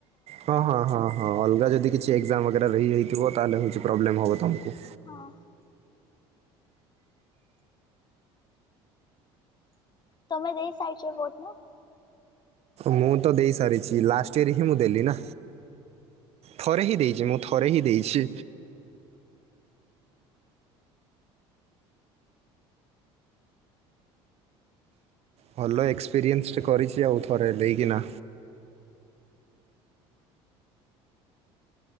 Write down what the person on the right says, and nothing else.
ହଁ ହଁ ହଁ ହଁ ଅଲଗା ଯଦି କିଛି ଏଗଜାମ ବଗେରା ରହିଯାଇଥିବ ତାହେଲେ ହୋଉଚି ପ୍ରୋବ୍ଲେମ୍ ହବ ତମକୁ।
ମୁଁ ତ ଦେଇ ସାରିଚି ଲାଷ୍ଟ ଇୟର ହିଁ ମୁଁ ଦେଲି ନା। ଥରେ ହି ଦେଇଛି ମୁଁ ଥରେ ହି ଦେଇଛି। ଭଲ ଏକ୍ସପେରିଏନ୍ସଟେ କରିଚି ଆଉ ଥରେ ଦେଇକିନା।